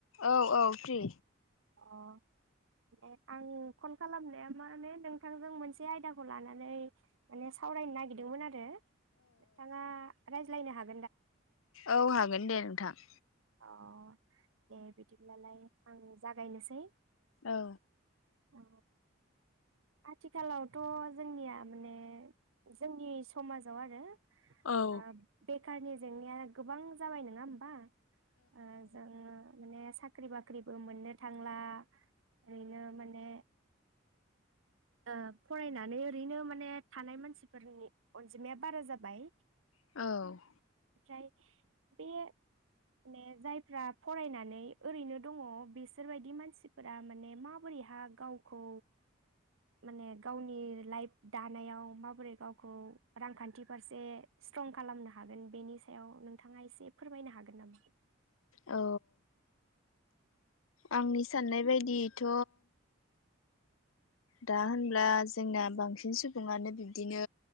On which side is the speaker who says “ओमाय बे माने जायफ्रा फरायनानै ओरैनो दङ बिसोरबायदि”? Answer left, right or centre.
Right